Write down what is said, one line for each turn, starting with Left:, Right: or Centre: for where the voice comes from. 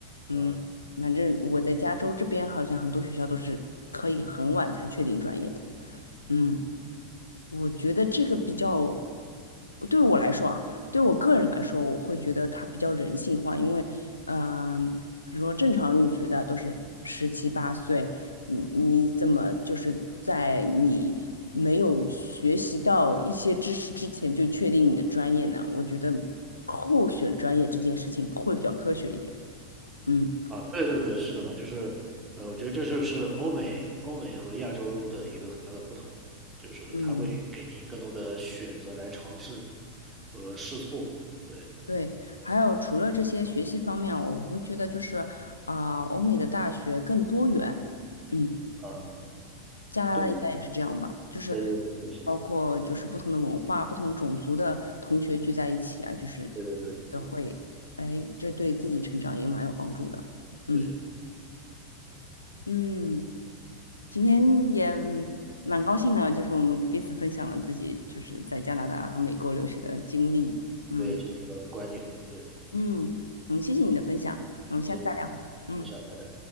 Left: 嗯，
Right: 呃
Left: 反正我在加州这边好像很多学校都是可以很晚才确定专业的。嗯，我觉得这个比较，对我来说啊，对我个人来说，我会觉得它比较人性化，因为，嗯、比如说正常入学的都是十七八岁，你你怎么就是在你没有学习到一些知识之前就确定你的专业呢？我觉得候选专业这件事情会比较科学一点。嗯
Right: 啊，对对对，是的嘛，就是，呃，我觉得这就是欧美、欧美和亚洲的一个很大的不同，就是它会给你更多的选择来尝试
Left: 嗯
Right: 和试错，对，
Left: 对，还有除了这些学习方面，我会觉得就是啊、欧美的大学更多元，嗯，
Right: 嗯，
Left: 加拿大应该也是这样吧，
Right: 嗯，都，
Left: 就是
Right: 对对，是的，是的，
Left: 包括就是不同的文化、不同种族的同学聚在一起啊，就是我觉得会，
Right: 对对对对
Left: 哎，这对自己成长也蛮有帮助的，嗯
Right: 对
Left: 嗯，今天也蛮高兴的，就是我们彼此分享了自己就是在加拿大和美国留学的经历，嗯
Right: 对，经历和观点，对，
Left: 嗯嗯，谢谢你的分享，我们下次再聊。
Right: 那些，
Left: 嗯。
Right: 那下再聊。